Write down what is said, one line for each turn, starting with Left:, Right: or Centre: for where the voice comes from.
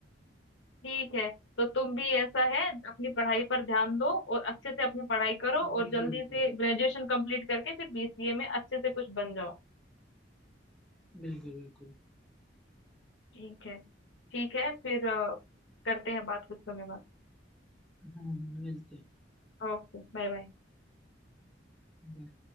Left: ठीक है तो तुम भी ऐसा है अपनी पढ़ाई पर ध्यान दो और अच्छे से अपनी पढ़ाई करो और
Centre: बिल्कुल
Left: जल्दी
Centre: बिल्कुल
Left: से
Centre: बिल्कुल
Left: ग्रेजुएशन कंप्लीट करके फिर बीसीए में अच्छे से कुछ बन जाओ
Centre: बिल्कुल बिल्कुल
Left: ठीक है ठीक है फिर अ, करते हैं बात कुछ समय बाद
Centre: हम्म हम्म, मिलते हैं
Left: Okay bye bye
Centre: Bye.